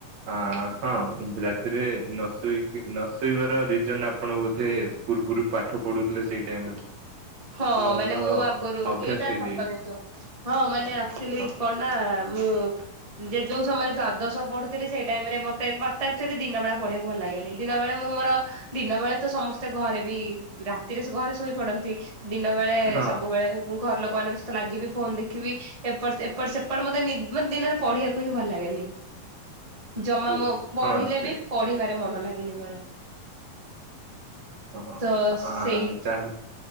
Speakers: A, on the right; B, on the right.
A: ଆ ହଁ ରାତିରେ ନ ଶୋଇକି ନ ଶୋଇବାର ଦି ଜଣ ଆପଣ ବୋଧେ ପୂର୍ବରୁ ପାଠ ପଢୁଥିଲେ ସେଇ ଟାଇମରେ
B: ହଁ
A: ଆପଣଙ୍କର
B: ମାନେ ମୁଁ ଆଗରୁ
A: ଅଭ୍ୟାସ
B: ଏଇଟା
A: ହେଇଯାଇଛି
B: ସତ କିନ୍ତୁ, ହଁ ମାନେ ଆଚୁଆଲି
A: ହଁ
B: କଣ ନା ମୁଁ ଯେଉସୟରେ ଦ୍ଵାଦଶ ପଢୁଥିଲେ ସେଇ ଟାଇମ ରେ ମତେ ମତେ ଆଚୁଆଲି ଦିନ ବେଳା ପଢିବାକୁ ଭଲ ଲାଗେନି, ଦିନ ବେଳେ ମୁଁ ମୋର ଦିନ ବେଳେ ତ ସମସ୍ତେ ଘରେ ବି ରାତିରେ ଘରେ ଶୋଇ ପଡନ୍ତି। ଦିନ ବେଳେ
A: ହଁ
B: ସବୁବେଳେ ମୁଁ ଘର ଲୋକ ମାନଙ୍କ ସହିତ ଲାଗିବି, ଫୋନ ଦେଖିବି, ଏପଟ ଏପଟ ସେପଟ ମତେ ନି ମ ଦିନରେ ପଢିବାକୁ ହିଁ ଭଲ ଲାଗେନି, ଜମା
A: ଓ
B: ମୋ ପଢିଲେ
A: ହଁ ସେ
B: ବି ପଢିବାରେ ମନ ଲାଗେନି ମୋର।
A: ହଁ
B: ତ
A: ହଁ
B: ସେଇ
A: ତାହେଲେ